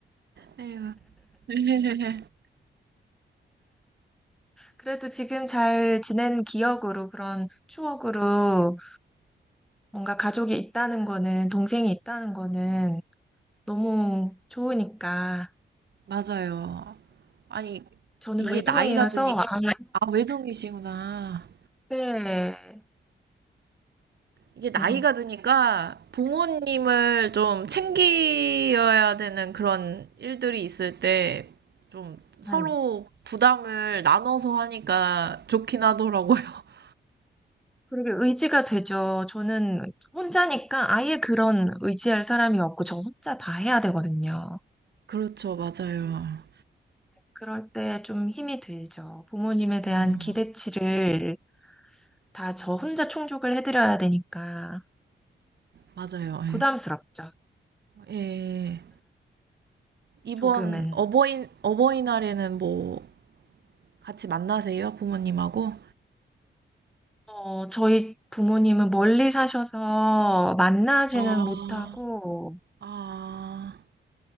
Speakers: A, on the right; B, in the centre.
A: 네, 네, <laughs>
B: 그래도 지금 잘 지낸 기억으로 그런 추억으로 뭔가 가족이 있다는 거는 동생이 있다는 거는 너무 좋으니까
A: 맞아요. 아니,
B: 저는
A: 이게
B: 그- 외동이라서
A: 나이가 드니,
B: 이게 아
A: 아, 외동이시구나.
B: 네. <laughs>
A: 이게 나이가
B: 음,
A: 드니까 부모님을 좀 챙겨야 되는 그런 일들이 있을 때 좀 서로
B: 네.
A: 부담을 나눠서 하니까 좋긴 하더라고요. <laughs>
B: 그렇게 의지가 되죠. 저는 혼자니까 아예 그런 의지할 사람이 없고 저 혼자 다 해야 되거든요.
A: 그렇죠, 맞아요.
B: 그럴 때 좀 힘이 들죠. 부모님에 대한
A: 음,
B: 기대치를 다 저 혼자 충족을 해드려야 되니까
A: 맞아요.
B: 부담스럽죠.
A: 예. 예. 이번
B: 조금은.
A: 어버이, 어버이날에는 뭐 같이 만나세요? 부모님하고?
B: 어, 저희 부모님은 멀리 사셔서 만나지는
A: 아,
B: 못하고
A: 아,